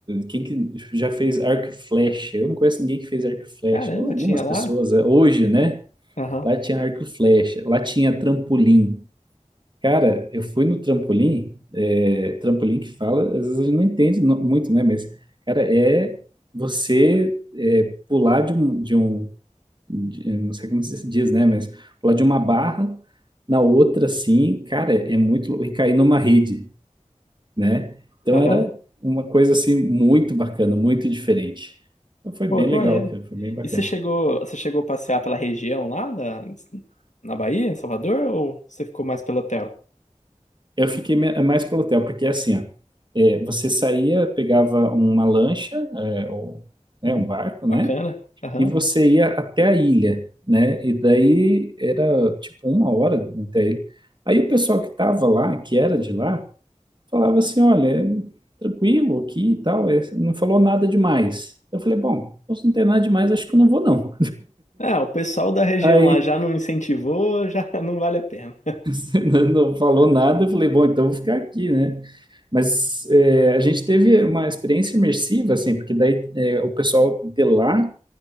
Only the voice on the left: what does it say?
Caramba,
tinha lá?
Aham.
Aham.
Pô,
que
maneiro.
E você chegou, você chegou a passear pela região lá da, na Bahia, em Salvador, ou você ficou mais pelo hotel?
Hum,
bacana.
Aham.
É, o pessoal da região
lá já não incentivou, já <laughs> não vale a pena.
<laughs>